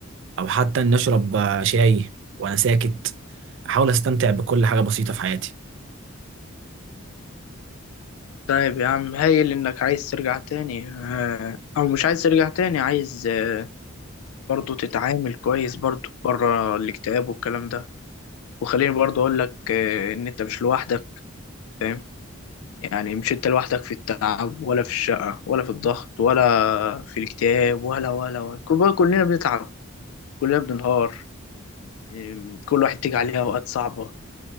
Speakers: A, on the right (about 60°); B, on the left (about 85°).
A: أو حتى إني أشرب آه، شاي وأنا ساكت أحاول أستمتع بكل حاجة بسيطة في حياتي
B: طيب يا عم هايل انك عايز ترجع تاني آه، او مش عايز ترجع تاني عايز آه، برضه تتعامل كويس برضه بره الاكتئاب والكلام ده وخليني برضه اقول لك آه، ان انت مش لوحدك فاهم يعني مش انت لوحدك في التعب ولا في الشقة ولا في الضغط ولا في الاكتئاب ولا ولا ولا كل- كلنا بنتعب كلنا بننهار إيه، كل واحد تيجي عليه اوقات صعبة